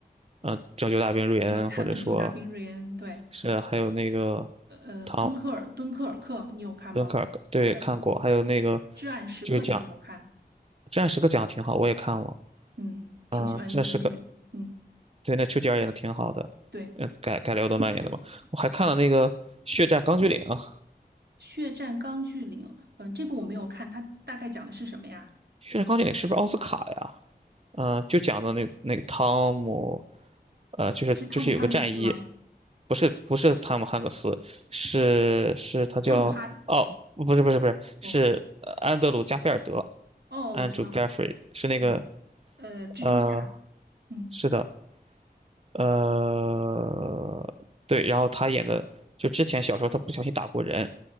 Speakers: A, on the right; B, on the right.
A: 呃《拯救大兵瑞恩》，
B: 拯救大拯救大兵瑞恩，
A: 或者说
B: 对。
A: 是还有那个
B: 呃，
A: 唐
B: 敦刻尔敦刻尔克你有看吗？
A: 敦克尔克，对，
B: 还有
A: 看过，还有那个
B: 《至暗时刻》，
A: 就是讲
B: 你有没有看？
A: 《战时刻》讲的挺好，我也看了。
B: 嗯，
A: 嗯，
B: 挺喜欢，
A: 呃《战时刻》
B: 就是那个，嗯，
A: 对，那丘吉尔演的挺好的，
B: 对，
A: 嗯，改改了奥特曼演的嘛。我还看了那个《血战钢锯岭》啊，
B: 《血战钢锯岭》。嗯，这部我没有看，它大概讲的是什么呀？
A: 《血战钢锯岭》是不是奥斯卡呀？嗯、就讲的那那个汤姆，呃，就是就是有个战衣，
B: 也是汤姆汉克斯吗？
A: 不是不是汤姆汉克斯，是是他叫哦，
B: 汤姆哈的。
A: 不是不是不是，
B: 哦
A: 是呃安德鲁加菲尔德
B: 哦，
A: ，Andrew
B: 我知道。
A: Garfield 是那个
B: 嗯，呃，蜘蛛侠。
A: 呃，
B: 嗯
A: 是的，呃，对，然后他演的就之前小时候他不小心打过人，